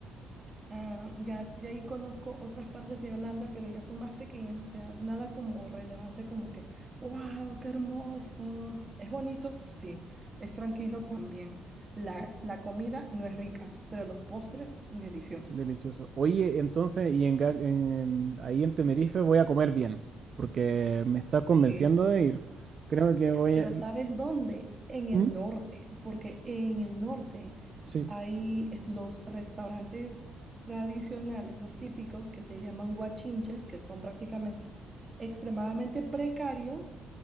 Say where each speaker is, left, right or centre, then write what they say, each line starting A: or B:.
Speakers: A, on the right; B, on the right.
A: Ah, ya de ahí conozco otras partes de Holanda, pero ya son más pequeñas, o sea, nada como relevante como que, wow, qué hermoso. Es bonito, sí, es tranquilo también. La, la comida no es rica, pero los postres deliciosos.
B: delicioso. Oye, entonces, y en, Ga- en- en- ahí en Tenerife voy a comer bien, porque me estás convenciendo
A: Sí.
B: de ir. Creo que voy
A: Pero
B: a...
A: ¿sabes dónde? En el
B: ¿Mm?
A: norte, porque en el norte
B: Sí,
A: hay es- los restaurantes tradicionales, los típicos, que se llaman guachinches, que son prácticamente extremadamente precarios,